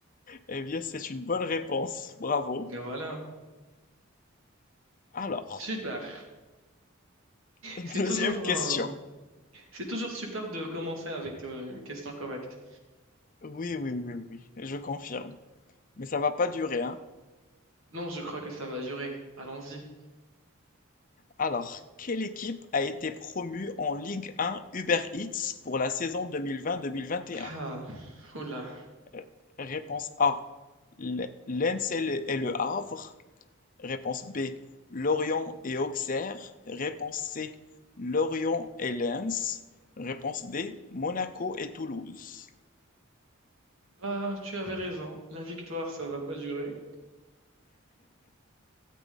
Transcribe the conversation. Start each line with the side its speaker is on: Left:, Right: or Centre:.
Left: Eh bien, c'est une bonne réponse. Bravo.
Right: Et voilà.
Left: Alors,
Right: Super.
Left: <laughs>
Right: C'est
Left: deuxième
Right: toujours,
Left: question.
Right: euh, c'est toujours super de commencer avec euh, une question correcte.
Left: Oui, oui, oui, oui, je confirme. Mais ça va pas durer, hein.
Right: Non, je crois que ça va durer. Allons-y.
Left: Alors, quelle équipe a été promue en Ligue 1 Uber Eats pour la saison 2020-2021?
Right: Ah, oula.
Left: Euh, Réponse A, L- Lens et le et le Havre. Réponse B, Lorient et Auxerre. Réponse C, Lorient et Lens. Réponse D, Monaco et Toulouse.
Right: Bah, tu avais raison. La victoire, ça va pas durer.